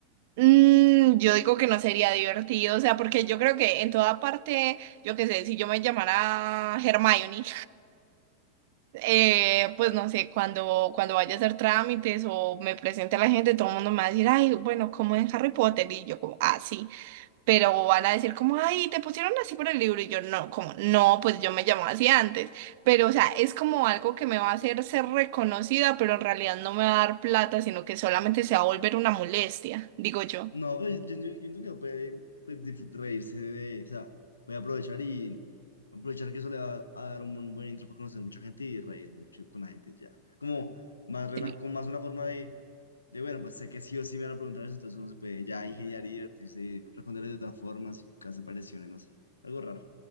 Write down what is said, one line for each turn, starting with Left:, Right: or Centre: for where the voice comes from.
Right: Mm, yo digo que no sería divertido, o sea, porque yo creo que en toda parte, yo qué sé, si yo me llamara Hermione, <laughs> eh, pues no sé, cuando, cuando vaya a hacer trámites o me presente a la gente, todo el mundo me va a decir, ay, bueno, como en Harry Potter, y yo como, ah, sí, pero van a decir como, ay, te pusieron así por el libro, y yo no, como, no, pues yo me llamaba así antes, pero o sea, es como algo que me va a hacer ser reconocida, pero en realidad no me va a dar plata, sino que solamente se va a volver una molestia, digo yo.
Left: No, pero yo, yo, yo creo que puede pues, disfrut- reírse de. O sea, voy a aprovechar y. Aprovechar que eso le va a dar un buen intro para conocer mucha gente y reír mucho con la gente y ya. Como más rela-
Right: Sí.
Left: con más una forma de, de, bueno, pues sé que sí o sí me van a preguntar eso, entonces uno se puede ya ingeniar y divertirse, responderle de otras formas, hacer pareciones, no sé. Algo raro.